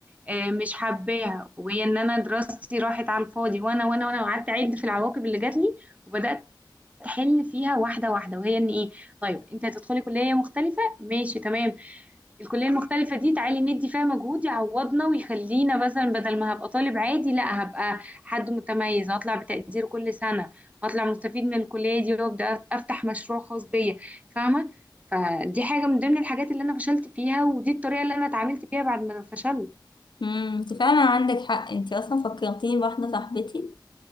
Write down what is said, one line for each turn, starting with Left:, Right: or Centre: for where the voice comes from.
Right: آه، مش حباها وهي ان انا دراستي راحت على الفاضي وانا وانا وانا وقعدت اعد في العواقب اللي جات لي وبدأت احل فيها واحدة واحدة وهي ان ايه طيب انت هتدخلي كلية مختلفة ماشي تمام الكلية المختلفة دي تعالي ندي فيها مجهود يعوضنا ويخلينا مثلا بدل ما هبقى طالب عادي لا هبقى حد متميز هطلع بتقدير كل سنة هطلع مستفيد من الكلية دي وابدأ افتح مشروع خاص بيا فاهمة فدي حاجة من ضمن الحاجات اللي انا فشلت فيها ودي الطريقة اللي انا اتعاملت بيها بعد ما فشلت
Left: امم انت فعلا عندك حق انت اصلا فكرتيني بواحده صاحبتي